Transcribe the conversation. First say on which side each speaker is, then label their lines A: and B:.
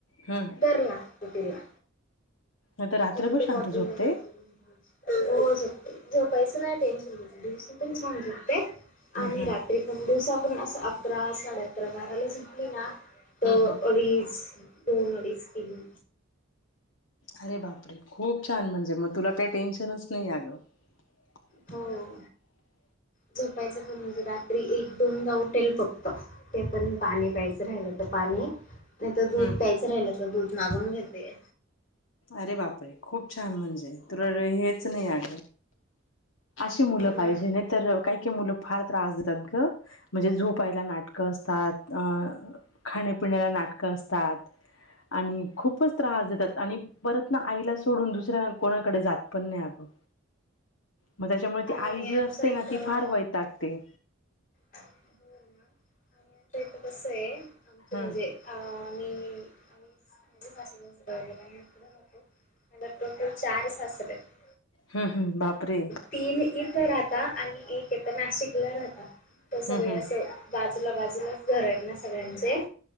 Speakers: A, on the left (about 75°); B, on the left (about 40°).
A: हां,
B: तर लागतो तीला.
A: आता रात्रभर
B: ते म ते
A: शांत
B: बॉटल
A: झोपते?
B: नाही देत तुम्ही. हो झोपते. झोपायच नाही टेन्शन तिचं दिवसा पण छान झोपते.
A: हम्म
B: आणि
A: हम्म
B: रा त्री पण दिवसा पण, असं अकरा साडे अ अकरा बाराला झोपली ना, त
A: हम्म हम्म.
B: अडीच दोन अडीच तीन
A: अरे बापरे! खूप छान म्हणजे मग तुला काही टेन्शनच नाही अगं. <inaudible>
B: हो झोपायचं पण म्हणजे रात्री एक दोनदा उठेल फक्त. ते पण पाणी प्यायचं राहिलं त पाणी नाही त दूध
A: हम्म.
B: प्यायचं राहिलं त दूध मागून घेते.
A: अरे बापरे! खूप छान म्हणजे, तुला हेच नाही आग. ती मुलं
B: हो ना
A: पायजेन आहेत. तर काही काही मुलं फार त्रास देतात ग. म्हणजे झोपायला नाटकं असतात. अ.., खाण्यापिण्याला नाटकं असतात आणि खूपच त्रास देतात. आणि परत ना, आईला सोडून दुसऱ्या कोणाकडे जात पण नाही अगं. मग त्याच्यामुळे
B: आणि
A: ती आई जी
B: आमच्या
A: असते
B: इथं
A: ना, ती फार वैतागते.
B: हो ना, आणि आमच्या इथं कस आहे. आमचं
A: हम्म
B: म्हणजे आ, मी <unintelligible> मला टोटल चार सासरे आहेत.
A: हम् हम्, बापरे!
B: तीन इथं राहता आणि एक येथं नाशिकला राहता.
A: हम्म
B: ते सगळे
A: हम्म
B: असे बाजूला बाजूलाच घर आहेत ना, सगळ्यांचे.